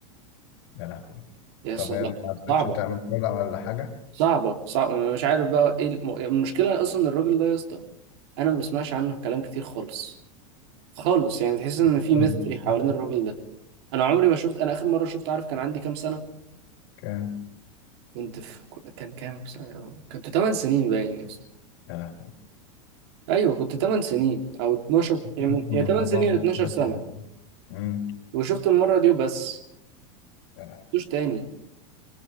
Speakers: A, on the left (about 45°); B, on the right (about 50°).
A: يا لهوي
B: يا
A: طب
B: اسطى
A: هي
B: لا
A: ما عرفتش
B: صعبه
A: تعمل كولا ولا حاجة؟
B: صعبه صعبه أنا مش عارف بقى ايه الم- المشكله اصلا الراجل ده يا اسطى انا ما بسمعش عنه كلام كتير خالص خالص يعني تحس ان
A: <laughs>
B: في
A: ولا
B: ميستري
A: ما شفتش
B: حوالين
A: أصلاً؟
B: الراجل ده انا عمري ما شفت انا اخر مره شفت عارف كان عندي كام سنه
A: كام؟
B: كنت في كان كام سنه كنت 8 سنين باين يا اسطى.
A: يا لهوي
B: ايوه كنت 8 سنين او 12
A: ممكن
B: يعني
A: يكون
B: يا 8
A: هربان
B: سنين يا
A: من
B: 12
A: حاجة
B: سنه
A: مثلاً. مم.
B: وشفت المره دي وبس
A: يا لهوي.
B: مش تاني